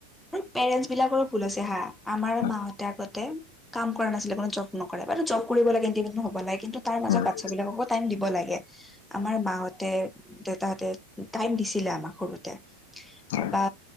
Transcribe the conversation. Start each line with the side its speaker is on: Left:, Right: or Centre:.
Centre: উম, পেৰেণ্টছ বিলাকৰো ভুল আছে হা আমাৰ
Left: হয়
Centre: মাহঁতে আগতে কাম কৰা নাছিলে কোনো জব নকৰে <unintelligible> জব কৰিব লাগে ইণ্টি <unintelligible> হ'ব লাগে কিন্তু তাৰ মাজত
Left: হয়
Centre: বাচ্ছা বিলাককো টাইম দিব লাগে আমাৰ মাহত হতে দেউতাহতে টাইম দিছিলে আমাক সৰুতে
Left: হয়
Centre: বা